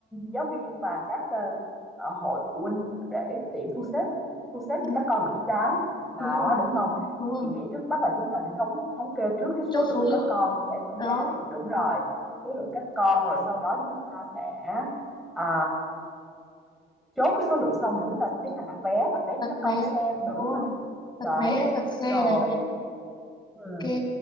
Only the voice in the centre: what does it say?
giáo viên và các ờ, ờ, hội phụ huynh để tiện thu xếp thu xếp cho
các con được chú đáo đó
đúng không
chị nghĩ trước mắt là chúng ta sẽ thống thống kê trước cái
số lượng
các con sẽ tham gia
này đúng rồi số lượng các con rồi sau đó chúng ta sẽ ờ, chốt cái số lượng xong thì chúng ta sẽ tiến hành đặt vé đặt vé cho
các
con đi xem rồi
đúng
không
đấy
rồi
ừ.